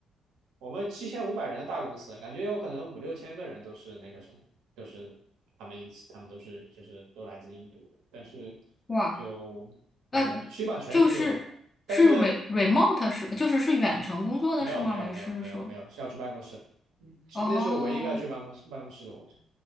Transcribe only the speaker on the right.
我们七千五百人的大公司，感觉有可能五六千个人都是那个什么，都是他们一次，他们都是就是都来自印度的，但是
就怎么讲，
基本上全是印度人吧。
但是
没有没有没有没有没有是要去办公室，
嗯，只那是我唯一一个要去办公室办公室的工作。